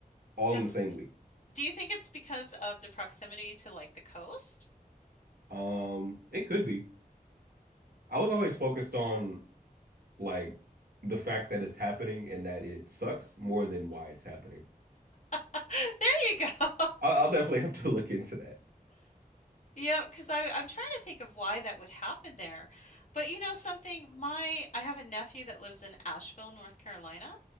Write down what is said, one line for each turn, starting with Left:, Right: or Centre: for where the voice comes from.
Right: all
Left: Just
Right: in the same week.
Left: do you think it's because of the proximity to like the coast?
Right: Um, it could be. I was always focused on like the fact that it's happening and that it sucks more than why it's happening.
Left: <laughs> There you go.
Right: I'll, I'll definitely have to <laughs> look into that.
Left: Yep, because I I'm trying to think of why that would happen there. But you know something, my I have a nephew that lives in Asheville, North Carolina,